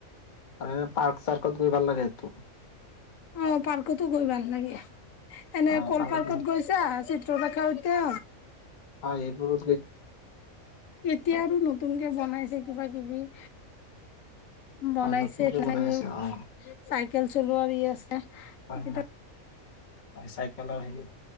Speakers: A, on the left; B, on the left.
A: এ পাৰ্ক চাৰ্কত গৈ ভাল লাগেটো।
B: অ' পাৰ্কটো গৈ ভাল লাগে। এনে
A: অ
B: কল পাৰ্কত
A: ন,
B: গৈছান চিত্ৰলেখা উদ্যা
A: হয় এইবোৰ
B: এতিয়া আৰু নতুনকে বনাইছে কিবা কিবি। বনাইছে
A: অ নতুনকে
B: <unintelligible>
A: বনাই আছে
B: চাইকেল
A: অ
B: চলোৱাৰ ই আছে এইকেইটা
A: হয় ন হয় চাইকেলৰ হেৰি,